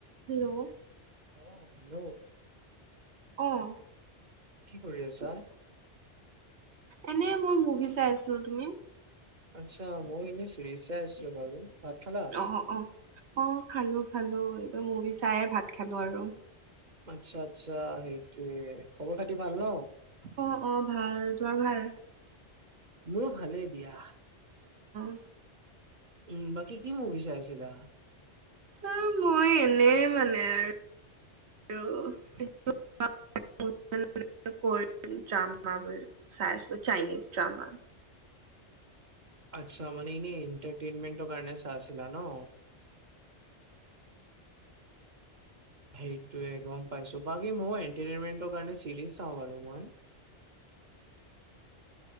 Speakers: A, on the right; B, on the right.
A: হেল্ল'
B: অ হেল্ল'
A: আহ
B: কি কৰি আছা?
A: এনে মই মুভি চাই আছোঁ তুমি
B: আচ্ছা মই এনে চিৰিচ চাই আছিলো বাৰু ভাত খালা
A: অ অ অ খালো খালো একদম মুভি চাই ভাত খালো আৰু
B: আচ্ছা আচ্ছা সেইটোৱে খবৰ খাতি ভাল ন
A: অ অ ভাল তোমাৰ ভাল
B: মোৰ ভালেই দিয়া
A: <unintelligible>
B: উম বাকী কি মুভি চাইছিলা
A: অ মই এনে মানে আৰু <unintelligible> কৰিয়ান ড্ৰামা বুলি চাই আছিলো চাইনিজ ড্ৰামা <unintelligible>
B: আচ্ছা মানে ইনে এণ্টাৰটেইনমেটৰ কাৰণে চাইছিলা ন
A: <unintelligible>
B: সেইটোৱে গম পাইছো বাকী ময়ো এন্টাৰটেইনমেন্ট চিৰিজ চাওঁ বাৰু মই
A: <unintelligible>